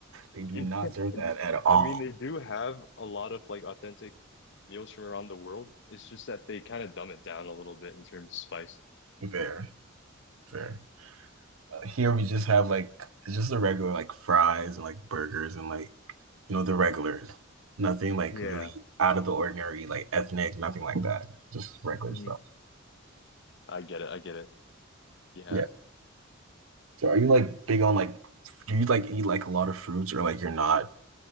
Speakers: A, on the right (about 85°); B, on the left (about 60°).
A: they do
B: <laughs>
A: not serve that at all.
B: I mean, they do have a lot of like authentic meals from around the world. It's just that they kind of dumb it down a little bit in terms of spice.
A: Fair, fair. Uh, Here we just have like, it's just the regular like fries and like burgers and like, you know, the regulars. Nothing like
B: Yeah.
A: really out of the ordinary, like ethnic, nothing like that. Just regular
B: hmm
A: stuff.
B: I get it. I get it. Yeah.
A: Yeah. So are you like big on like, do you like eat like a lot of fruits or like you're not